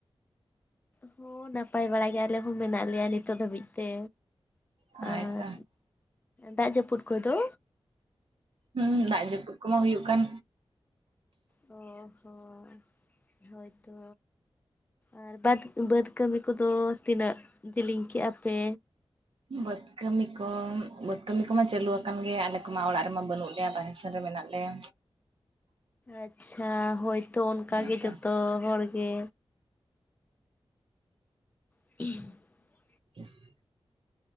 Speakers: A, on the left; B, on the right.
A: ᱦᱚᱸ ᱱᱟᱯᱟᱭ ᱵᱟᱲᱟ ᱜᱮ ᱟᱞᱮ ᱦᱚᱸ ᱢᱮᱱᱟᱜ ᱞᱮᱭᱟ ᱱᱤᱛᱚᱜ ᱫᱷᱟᱹᱵᱤᱡ ᱛᱮ᱾
B: ᱦᱳᱭᱛᱚ
A: ᱟᱨ ᱫᱟᱜ ᱡᱟᱹᱯᱩᱫ ᱠᱚᱫᱚ?
B: ᱦᱩᱸ ᱫᱟᱜ ᱡᱟᱯᱩᱫ ᱠᱚᱢᱟ ᱦᱩᱭᱩᱜ ᱠᱟᱱ᱾
A: ᱦᱚᱸ ᱦᱚᱸ ᱦᱳᱭᱛᱚ ᱟᱨ ᱵᱟᱫᱽ ᱵᱟᱹᱫᱽ ᱠᱟᱹᱢᱤ ᱠᱚᱫᱚ ᱛᱤᱱᱟᱹᱜ ᱡᱮᱞᱤᱧ ᱠᱮ-ᱟ ᱯᱮ?
B: ᱵᱟᱹᱫᱽ ᱠᱟᱹᱢᱤ ᱠᱚ, ᱵᱟᱹᱫᱽ ᱠᱟᱹᱢᱤ ᱠᱚᱢᱟ ᱪᱟᱹᱞᱩᱣᱟᱠᱟᱱ ᱜᱮᱭᱟ ᱟᱞᱮ ᱠᱚᱢᱟ ᱚᱲᱟᱜ ᱨᱮᱢᱟ ᱵᱟᱹᱱᱩᱜ ᱞᱮᱭᱟ ᱵᱟᱦ ᱨᱮ ᱢᱮᱱᱟᱜ ᱞᱮᱭᱟ᱾
A: ᱟᱪᱪᱷᱟ ᱦᱳᱭᱛᱳ ᱚᱱᱠᱟᱜᱮ
B: ᱦᱮᱸ ᱛᱚ
A: ᱡᱚᱛᱚ ᱦᱚᱲ ᱜᱮ᱾ <inaudible>
B: <inaudible>